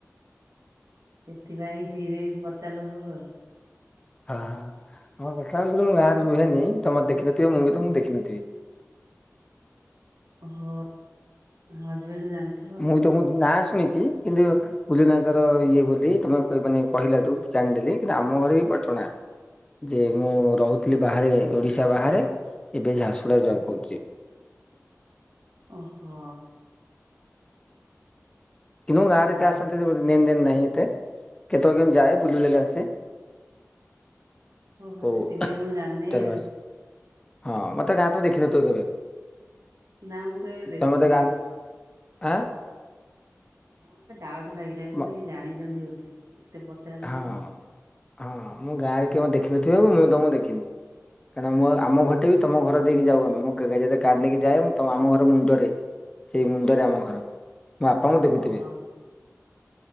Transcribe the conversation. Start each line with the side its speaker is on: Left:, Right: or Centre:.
Right: ସେଥିପାଇଁ ହିରେ ପଚାରିଲ ସବୁ ଆଉ।
Left: ହଁ ହଁ ଆମର ମୁଁ ଗାଁ ରେ ରୁହେନି ତମେ ଦେଖିନଥିବେ ମୁଁ ବି ତମକୁ ଦେଖିନଥିବି।
Right: ହୋ ହଜବେଣ୍ଡ ଯାଆନ୍ତି।
Left: ନାଇଁ ତମ ନାଁ ଶୁଣିଚି କିନ୍ତୁ କୁଲୁନା ଙ୍କର ଇଏ ବୋଲି ତମେ ମାନେ କହିଲାଠୁ ଜାଣିଦେଲି କିନ୍ତୁ ଆମ ଘର ବି ପଟଣା। ଯେ ମୁଁ ରହୁଥିଲି ବାହାରେ ଓଡିଶା ବାହାରେ ଏବେ ଝାରସୁଗୁଡ଼ା ଜବ୍ କରୁଚି।
Right: ଓହୋ।
Left: କିନ୍ତୁ ଗାଁରେ
Right: ଓହୋ।
Left: କାହା ସାଙ୍ଗରେ ଲେନ୍ ଦେନ୍ ନାହିଁ ଏତେ କେତେବେଳେ କେମିତି ଯାଏ ବୁଲି ବାଲିକି ଆସେ।
Right: ଓହୋ
Left: ଓ
Right: ହେଥିପାଇଁ ମୁଁ ଜାଣିନି
Left: ଚାରି
Right: ଆଉ।
Left: ମାସ ହଁ ମତେ ଗାଁ ରେ ତ ଦେଖିନଥିବ କେବେ
Right: ନା ମୁଁ କେବେ ଦେଖିନି।
Left: ତମେ ତ ଗାଁ ଆଁ।
Right: ହଁ ମତେ ଡାଉଟ୍ ଲାଗିଲା ମୁଁ
Left: ମ
Right: ଜାଣିଛନ୍ତି ବୋଧେ। ଏତେ ପଚାରୁଛନ୍ତି।
Left: ହଁ ହଁ ମୁଁ ଗାଁ ରେ କେବେ ଦେଖିନଥିବ ମୁଁ ତମକୁ ଦେଖିନି। କାହିଁକି ମୁଁ ଆମ ଘର ବି ତମ ଘର ଦେଇକି ଯାଏ ମୁଁ କାର ନେଇକି ଯାଏ ତ ଆମ ଘର ମୁଣ୍ଡରେ। ସେଇ ମୁଣ୍ଡରେ ଆମ ଘର ମୋ ବାପାଙ୍କୁ ଦେଖୁଥିବେ।
Right: ଓହୋ